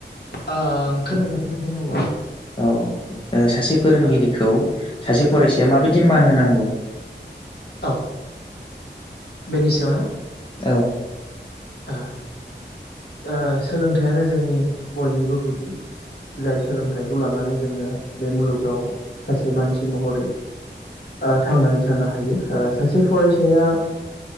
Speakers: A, on the left; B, on the left.
A: ओं खोनागासिनो नोंथां <unintelligible>
B: औ ओ सासे फोरोंगिरिखौ
A: औ
B: सासे फरायसा या माबायदि मान होनांगौ
A: अ बेनि सायाव ना
B: औ।
A: ओ ओ सोलोंथाइयानो जोंनि बयनिबो गुदि। जाय सोलोंथाइखौ लानानै जोङो बे मुलुगाव सासे मानसि महरै ओ थांनानै थानो हायो ओ सासे फरायसाया